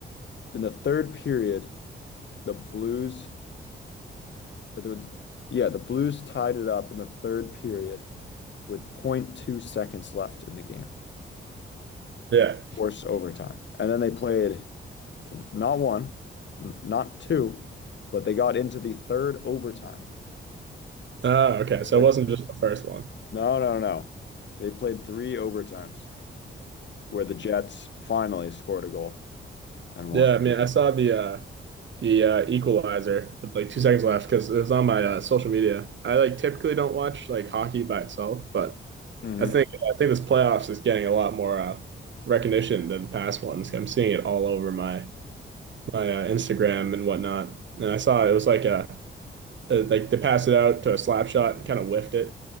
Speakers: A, on the left (about 65°); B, on the right (about 65°).
A: in the third period the Blues, the- yeah, the Blues tied it up in the third period with zero point 0.2 seconds left in the game,
B: Yeah.
A: forced overtime. And then they played not one, not two, but they got into the third overtime,
B: Oh, okay. So
A: which
B: it wasn't just the first one.
A: no, no, no. They played three overtimes where the Jets finally scored a goal and
B: Yeah,
A: won.
B: I mean, I saw the uh, the uh, Equalizer with like two seconds left because it was on my uh, social media. I like typically don't watch like hockey by itself, but
A: hmm
B: I think I think this playoffs is getting a lot more uh, recognition than the past ones. I'm seeing it all over my my uh, Instagram and whatnot. And I saw it was like a, a like to pass it out to a slap shot, kind of whiffed it,